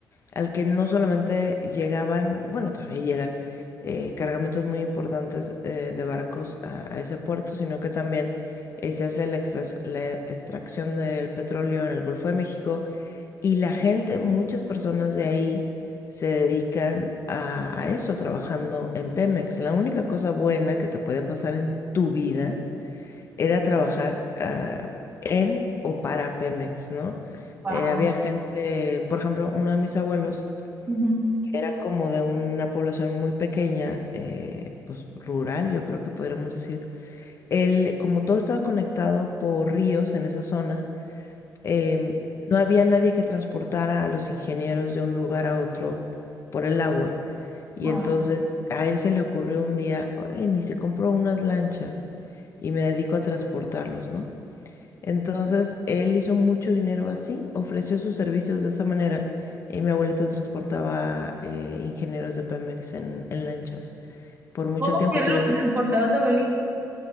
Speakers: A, on the left; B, on the right.
A: al que no solamente llegaban, bueno, todavía llegan eh, cargamentos muy importantes eh, de barcos a, a ese puerto, sino que también eh, se hace la, extrac- la extracción del petróleo en el Golfo de México y la gente, muchas personas de ahí se dedican a, a eso, trabajando en Pemex. La única cosa buena que te podía pasar en tu vida era trabajar ah, en o para Pemex, ¿no?
B: Wow.
A: Eh, había gente, por ejemplo, uno de mis abuelos,
B: ujú,
A: que era como de una población muy pequeña, eh, pues rural, yo creo que podríamos decir. Él, como todo estaba conectado por ríos en esa zona, em, no había nadie que transportara a los ingenieros de un lugar a otro por el agua. Y
B: Wow.
A: entonces a él se le ocurrió un día, oye, ni se compró unas lanchas y me dedico a transportarlos, ¿no? Entonces, él hizo mucho dinero así, ofreció sus servicios de esa manera y mi abuelito transportaba eh, ingenieros de Pemex en, en lanchas. Por mucho
B: ¿Cómo
A: tiempo
B: que era
A: tuvo...
B: lo que transportaba tu abuelito?